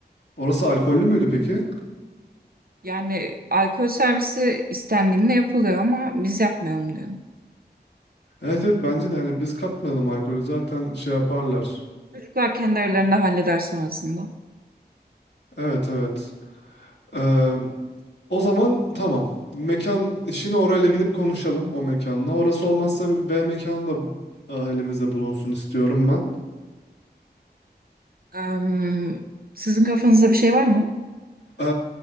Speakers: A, on the left; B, on the right.
A: Orası alkollü müydü peki?
B: Yani alkol servisi istendiğinde yapılıyor ama biz yapmayalım diyorum.
A: Evet evet bence de hani biz katmayalım alkolü zaten şey yaparlar.
B: Çocuklar kendi aralarında halleder sonrasında.
A: Evet evet. Ee, o zaman tamam. Mekan işini orayla gidip konuşalım o mekanla. Orası olmazsa bir B mekanı da e, elimizde bulunsun istiyorum ben.
B: Em, sizin kafanızda bir şey var mı?
A: Ee,